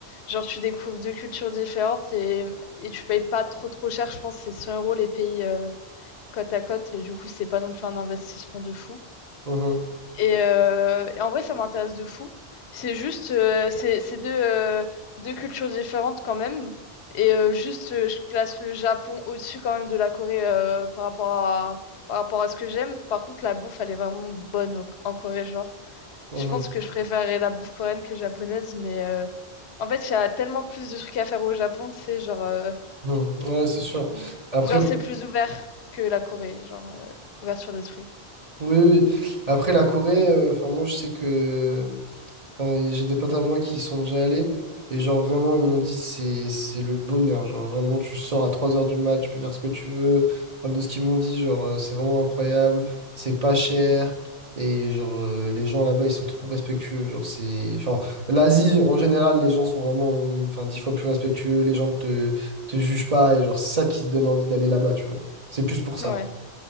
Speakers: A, on the left; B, on the right.
A: genre, tu découvres deux cultures différentes et, et tu payes pas trop trop cher. Je pense que c'est 100 euros les pays euh, côte à côte. Et du coup, c'est pas non plus un investissement de fou.
B: Mhm,
A: Et, euh, et en vrai, ça m'intéresse de fou. C'est juste, euh, c'est c'est deux, euh, deux cultures différentes quand même. Et euh, juste, euh, je classe le Japon au-dessus quand même de la Corée euh, par rapport à, par rapport à ce que j'aime. Par contre, la bouffe, elle est vraiment bonne au- en Corée, genre.
B: mhm,
A: Je pense que je préférerais la bouffe coréenne que japonaise, mais euh, en fait, il y a tellement plus de trucs à faire au Japon, tu sais, genre, euh,
B: mhm. Ouais, c'est sûr.
A: Mm.
B: Après,
A: genre c'est plus ouvert que la Corée, genre, euh, ouverture d'esprit.
B: oui, oui. oui. Après la Corée, euh, enfin moi je sais que Enfin, et j'ai des potes à moi qui y sont déjà allés. Et genre, vraiment, ils m'ont dit, c'est, c'est le bonheur. Genre, vraiment, tu sors à 3 heures du mat, tu peux faire ce que tu veux. Enfin, de ce qu'ils m'ont dit, genre, euh, c'est vraiment incroyable. C'est pas cher. Et genre, euh, les gens là-bas, ils sont trop respectueux. Genre, c'est... Enfin, l'Asie, en général, les gens sont vraiment, euh, enfin, 10 fois plus respectueux. Les gens te, te jugent pas. Et genre, c'est ça qui te donne envie d'aller là-bas, tu vois. C'est plus pour ça.
A: Ouais,